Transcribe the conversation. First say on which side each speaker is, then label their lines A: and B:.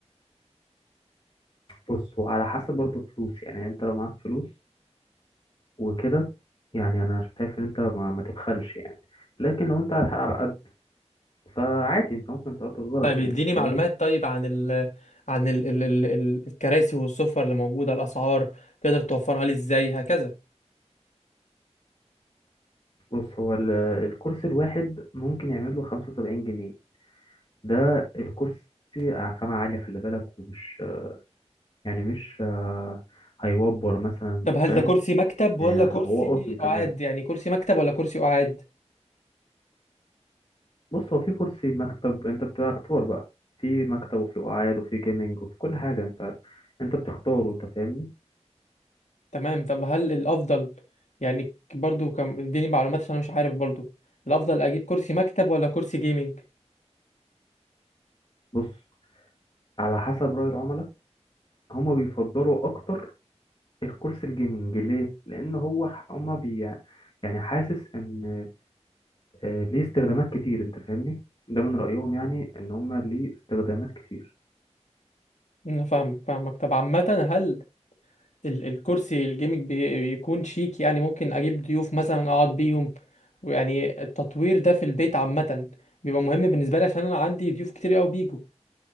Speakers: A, on the left; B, on the left.
A: بص هو على حسب برضه فلوس يعني يعني انت لو معاك فلوس وكده يعني انا شايف ان انت ما, ما تبخلش يعني لكن لو انت على الحلقة على قد فعادي انت ممكن تقضي غلط
B: طيب
A: يعني
B: اديني
A: انت
B: معلومات
A: فاهمني
B: طيب عن ال عن ال ال ال ال- الكراسي والسفر اللي موجودة الاسعار تقدر توفرها لي ازاي هكذا
A: بص هو ال- الكرسي الواحد ممكن يعمل له 75 جنيه ده الكرسي خامة عالية خلي بالك ومش يعني مش آه، هيوبر مثلا
B: طب هل
A: فاهم
B: ده كرسي مكتب ولا
A: يعني
B: كرسي
A: أنا- هو قطن كمان
B: قعاد يعني كرسي مكتب ولا كرسي قعاد
A: بص هو في كرسي مكتب انت بتبقى اختار بقى في مكتب وفي قعاد وفي جيمنج وفي كل حاجة انت انت بتختاره انت فاهمني
B: تمام طب هل الافضل يعني برضو كم اديني معلومات عشان انا مش عارف برضو الافضل اجيب كرسي مكتب ولا كرسي جيمنج
A: بص على حسب رأي العملاء هما بيفضلوا اكتر الكرسي الجيمنج ليه لان هو ح- هما بي يعني حاسس ان آه، ليه استخدامات كتير انت فاهمني ده من رأيهم يعني ان هما ليه استخدامات كتير
B: انا فاهمك فاهمك طب عامه هل ال الكرسي الجيمنج بي- بيكون شيك يعني ممكن اجيب ضيوف مثلا اقعد بيهم ويعني التطوير ده في البيت عامه بيبقى مهم بالنسبه لي عشان انا عندي ضيوف كتير قوي بيجوا